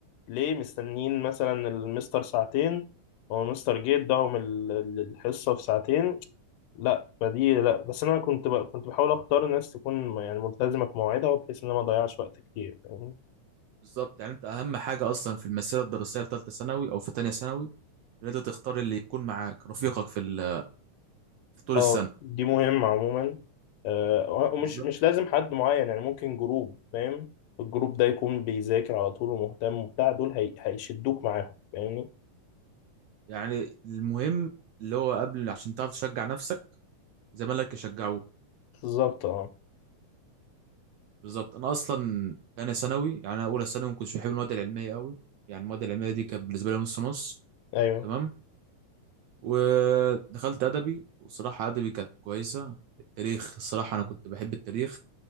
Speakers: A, on the left; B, on the right.
A: ليه مستنيين مثلا المستر ساعتين هو المستر جه اداهم ال- ال- الحصة في ساعتين لا فدي لا بس انا كنت ب... كنت بحاول اختار ناس تكون م- يعني ملتزمة في مواعيدها وبحيث ان انا ما اضيعش وقت كتير فاهمني
B: بالظبط يعني انت اهم حاجه اصلا في المسيره الدراسيه في ثالثه ثانوي او في ثانيه ثانوي ان انت تختار اللي يكون معاك رفيقك في ال- في طول
A: اه
B: السنه
A: دي مهمة عموما آه ومش
B: بالظبط
A: مش لازم حد معين يعني ممكن جروب فاهم الجروب ده يكون بيذاكر على طول ومهتم وبتاع دول هي... هيشدوك معاهم فاهمني
B: يعني المهم اللي هو قبل عشان تعرف تشجع نفسك زمالك يشجعوك
A: بالظبط اه
B: بالظبط انا اصلا تانية ثانوي يعني انا اولى ثانوي ما كنتش بحب المواد العلميه قوي يعني المواد العلميه دي كانت بالنسبه لي نص نص
A: ايوه
B: تمام ودخلت ادبي وصراحه ادبي كانت كويسه التاريخ الصراحه انا كنت بحب التاريخ